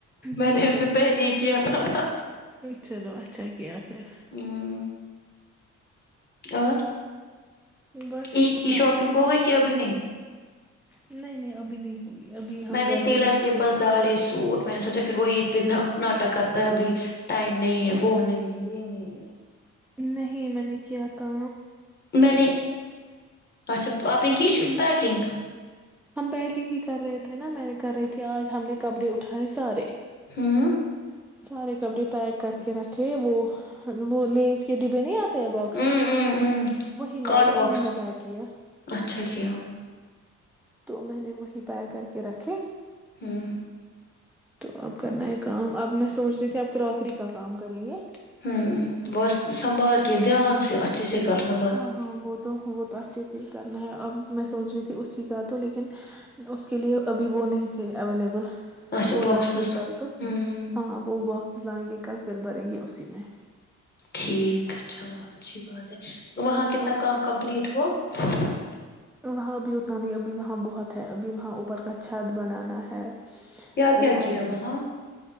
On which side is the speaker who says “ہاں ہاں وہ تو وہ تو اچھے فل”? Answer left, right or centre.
Centre